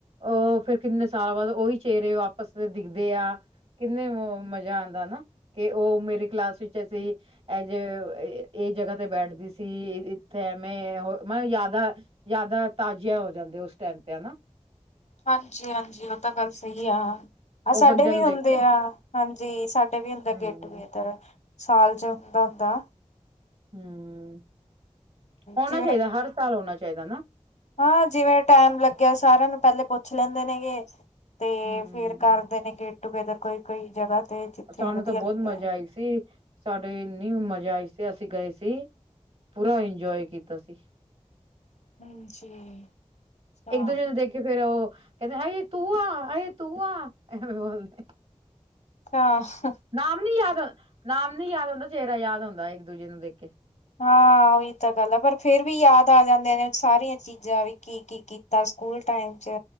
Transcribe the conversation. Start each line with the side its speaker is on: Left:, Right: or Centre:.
Right: ਉਹ ਫੇਿਰ ਕਿੰਨੇ ਸਾਲ ਬਾਅਦ ਉਓਹੀ ਚਿਹਰੇ ਵਾਪਸ ਦਿਖਦੇ ਆ ਕਿੰਨੇ ਮਜ਼ਾ ਆਉਂਦਾ ਨਾ ਕਿ ਉਹ ਮੇਰੀ ਕਲਾਸ ਵਿੱਚ ਅਸੀਂ ਐਜ ਕ ਜਗ੍ਹਾ ਤੇ ਬੈਠਦੀ ਸੀ ਇੱਥੇ ਐਵੇਂ ਹੋਰ ਮੈਂ ਜ਼ਿਆਦਾ ਜਿਆਦਾ ਤਾਜ਼ੀਆਂ ਹੋ ਜਾਂਦੇ ਉਸ ਟਾਈਮ ਤੇ ਹਨਾ
Left: ਹਾਂਜੀ ਹਾਂਜੀ ਉਹ ਤਾਂ ਗੱਲ ਸਹੀ ਆ ਆਹ
Right: ਉਹ
Left: ਸਾਡੇ
Right: ਬੰਦਿਆਂ
Left: ਵੀ
Right: ਨੂੰ
Left: ਹੁੰਦੇ
Right: ਦੇਖ ਕੇ
Left: ਆ ਹਾਂਜੀ ਸਾਡੇ ਵੀ ਹੁੰਦੇ ਆ
Right: ਹਮ
Left: ਗੇਟ ਵੀ ਇੱਧਰ ਸਾਲ ਚ ਹੁੰਦਾ ਹੁੰਦਾ
Right: ਹਮ ਹੋਣਾ
Left: ਜਿਵੇਂ
Right: ਚਾਹੀਦਾ ਹਰ ਸਾਲ ਹੋਣਾ ਚਾਹੀਦਾ ਨਾ
Left: ਹਾਂ ਜਿਵੇਂ ਟਾਈਮ ਲੱਗਿਆ ਸਾਰਿਆਂ ਨੂੰ ਪਹਿਲੇ ਪੁੱਛ ਪੁੱਛ ਲੈਂਦੇ ਨੇਗੇ ਤੇ
Right: ਹਮ
Left: ਫੇਰ ਕਰਦੇ ਨੇ ਗੇਟ ਟੂਗੇਦਰ ਕੋਈ ਕੋਈ ਜਗ੍ਹਾ ਤੇ ਜਿੱਥੇ
Right: ਸਾਨੂੰ
Left: ਵਧੀਆ
Right: ਤਾਂ ਬਹੁਤ
Left: ਲੱਗੇ।
Right: ਮਜਾ ਆਈ ਸੀ ਸਾਡੇ ਇੰਨੀ ਮਜ਼ਾ ਆਈ ਸੀ ਅਸੀਂ ਗਏ ਸੀ ਪੂਰਾ ਇੰਜੋਏ ਕੀਤਾ ਸੀ
Left: ਹਾਂਜੀ ਅੱਛਾ
Right: ਇੱਕ ਦੂਜੇ ਨੂੰ ਦੇਖ ਕੇ ਫਿਰ ਉਹ ਕਹਿੰਦੇ ਅਏ ਤੂੰ ਆ ਅਏ ਤੂੰ ਆ ਐਵੇਂ ਬੋਲਦੇ
Left: ਅੱਛਾ <unintelligible>
Right: ਨਾਮ ਨੀ ਯਾਦ ਨਾਮ ਨੀ ਯਾਦ ਹੁੰਦਾ ਚਿਹਰਾ ਯਾਦ ਹੁੰਦਾ ਇੱਕ ਦੂਜੇ ਨੂੰ ਦੇਖ ਕੇ
Left: ਹਾਂ ਉਹੀ ਤਾਂ ਗੱਲ ਆ ਪਰ ਫੇਰ ਵੀ ਯਾਦ ਆ ਜਾਂਦੇ ਨੇ ਸਾਰੀਆਂ ਚੀਜ਼ਾਂ ਵੀ ਕੀ ਕੀ ਤਾਂ ਸਕੂਲ ਟਾਈਮ ਚ